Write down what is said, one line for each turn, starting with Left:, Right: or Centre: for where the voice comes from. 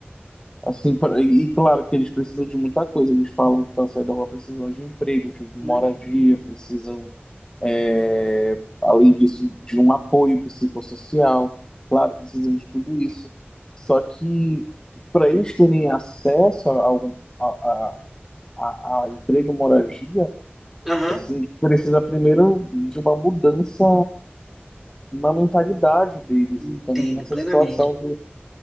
Left: Assim, pra- e claro que eles precisam de muita coisa. Eles falam que para sair da rua precisam de emprego, de moradia,
Centre: Hum,
Left: precisam, é, além disso, de um apoio psicossocial. Claro, precisam de tudo isso. Só que para eles terem acesso a, algum, a, a, a, a emprego, moradia,
Centre: Aham,
Left: assim, precisa primeiro de uma mudança na mentalidade deles
Centre: entendo
Left: e também nessa
Centre: plenamente.
Left: situação de,